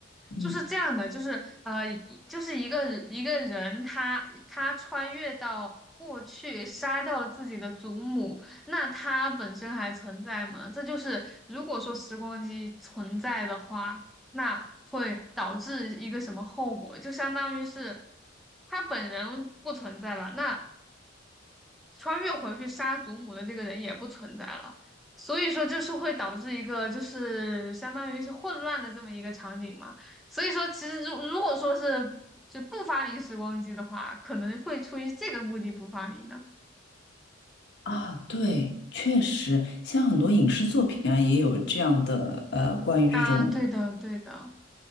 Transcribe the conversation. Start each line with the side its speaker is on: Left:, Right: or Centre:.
Left: 嗯
Centre: 就是这样的，就是呃，一就是一个人一个人他，他穿越到过去，杀掉了自己的祖母，那他本身还存在吗？这就是如果说时光机存在的话，那会导致一个什么后果？就相当于是他本人不存在了，那穿越回去杀祖母的这个人也不存在了，所以说就是会导致一个就是相当于是混乱的这么一个场景嘛。所以说，其实如如果说是就不发明时光机的话，可能会出于这个目的不发明的。
Left: 啊，对，确实，像很多影视作品啊，也有这样的呃，关于这种
Centre: 嗯，对的，对的。